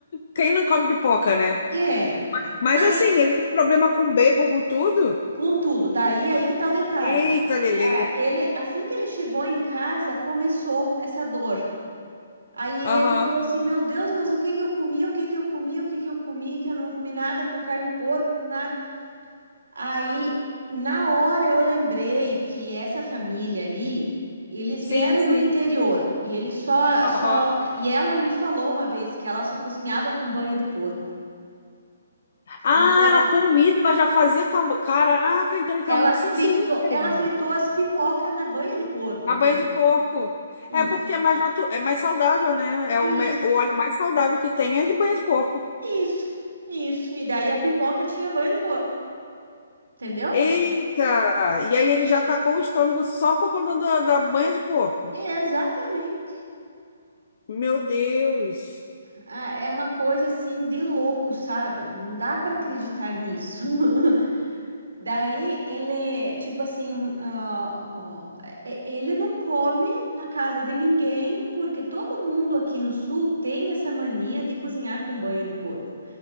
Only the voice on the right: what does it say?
É.
Aí,
contudo, daí aí que tá o detalhe.
Ah, ele, assim que ele chegou em casa, começou essa dor. Aí ele
falou assim: Meu Deus, mas o que que eu comi? O que que eu comi? O que que eu comi? Que eu não comi nada com carne de porco, nada. Aí, na hora, eu lembrei que essa família ali, eles
vieram
do interior e eles só,
só, e ela me falou uma vez que ela só cozinhava com banha de porco.
Então,
ela
fritou,
ela
fritou as pipocas na banha de porco,
entendeu?
Isso,
isso,
isso, isso. E daí a pipoca tinha banha de porco, entendeu?
Exatamente.
Ah, é uma coisa assim de louco, sabe? Não dá para acreditar nisso. <laughs> Daí ele, tipo assim, um, ah, ó, e- ele não come na casa de ninguém, porque todo mundo aqui no sul tem essa mania de cozinhar com banha de porco.